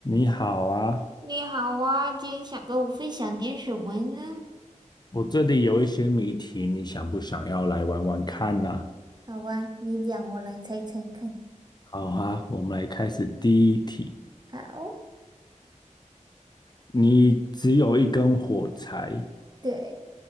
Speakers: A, on the left (about 35°); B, on the right (about 35°).
A: 你好啊，
B: 你好啊，今天想跟我分享点什么呢？
A: 我这里有一些谜题，你想不想要来玩玩看呢、
B: 好啊，你讲，我来猜猜看。
A: 好啊，我们来开始第一题。
B: 好，
A: 你只有一根火柴，
B: 对